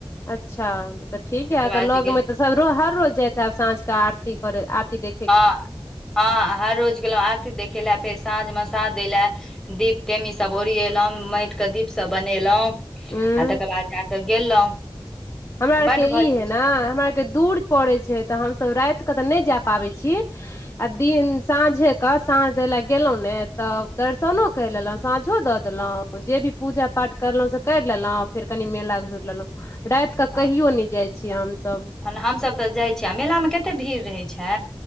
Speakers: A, on the left; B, in the centre.
A: अच्छा तऽ ठीक है
B: बाद
A: तऽ लग
B: जे गेलहुँ
A: मे तऽ सब रोज - हर रोज जाइत हैब साँझ कऽ आरती करै आरती देख
B: हँ - हँ हर रोज गेलहुँ आरती देखे लऽ फेर साँझ मऽ साँझ दै लऽ दीप टेमी सब ओरएलहुँं माइट कऽ दीप सब बनेलहुॅं
A: उंम्म
B: आ तकर बाद जा कऽ गेलहुँ
A: हमरा आरकेँ
B: बड्ड भऽ
A: ई
B: जाइ
A: है
B: छै
A: नऽ हमरा आरकेँ दूर परै छै तऽ हमसब राइत कऽ तऽ नय जेय पावैय छी आ दिन साँझे कऽ साँझ दै लेऽ गेलहुॅं ने तब दर्शनो कैर लेलहुँ साँझो दऽ देलहुॅं जे भी पूजा पाठ करलहुँ से कैर लेलहुँ फेर कनि मेला घुइर लेलहुँ राइत तऽ
B: हँ
A: कहियो नय जाइ छी हमसभ
B: हन हमसभ तऽ जाइ छी आ मेला मऽ कते भीड़ रहै छै